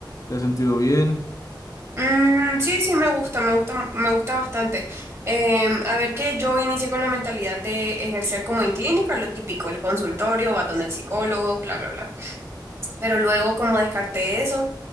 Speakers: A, on the left; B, on the right.
A: ¿Te has sentido bien?
B: Mm, sí, sí, me gusta, me gusta, me gusta bastante. Em, a ver que yo inicié con la mentalidad de ejercer como en clínica, lo típico, el consultorio, va donde el psicólogo, bla, bla, bla. Pero luego como descarté eso